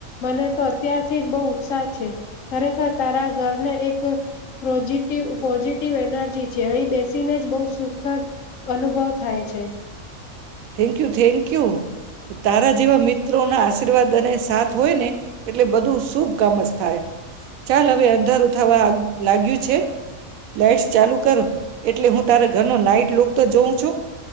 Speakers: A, on the left; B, on the right.
A: મને તો અત્યારથી જ બહુ ઉત્સાહ છે ખરેખર તારા ઘરને એક પોઝિટિવ પોઝિટિવ એનર્જી છે અહીં બેસીને જ બહુ સુખદ અનુભવ થાય છે.
B: થેન્ક યુ થેન્ક યુ તારા જેવા મિત્રો ના આશીર્વાદ અને સાથ હોય ને એટલે બધું શુભ કામ જ થાય. ચાલ હવે અંધારું થવા લાગ્યું છે લાઈટ્સ ચાલુ કરો એટલે હું તારા ઘરનું લાઈટ લુક તો જોઉં છું.